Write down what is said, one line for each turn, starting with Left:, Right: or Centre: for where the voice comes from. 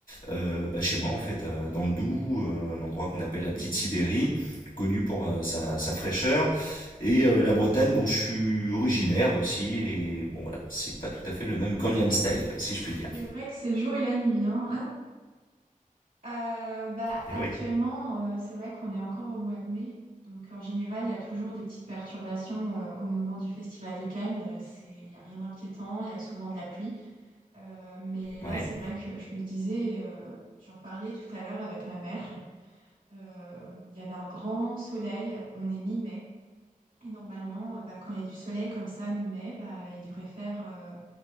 Left: euh, bah, chez moi en fait, euh, dans le Doubs, euh, un endroit qu'on appelle
Right: Oui,
Left: la petite Sibérie, connu pour euh, sa, sa fraîcheur, et
Right: exactement.
Left: euh, la Bretagne dont je suis originaire aussi, et bon voilà, c'est pas tout à fait le même Gangnam
Right: Ouais.
Left: Style, si je puis dire.
Right: C'est vrai que c'est le jour et la nuit, hein. Ah, Euh, bah,
Left: Et
Right: actuellement,
Left: oui,
Right: euh, c'est vrai qu'on est encore au mois de mai. Donc, en général, il y a toujours des petites perturbations euh, au moment du Festival de Cannes. Euh, c'est, il n'y a rien d'inquiétant, il y a souvent de la pluie. Euh, mais là,
Left: ouais.
Right: c'est vrai que je me disais, euh, j'en parlais tout à l'heure avec ma mère. Euh, il y avait un grand soleil, on est mi-mai. Et normalement, euh, bah, quand il y a du soleil comme ça, mi-mai, bah, il devrait faire. euh,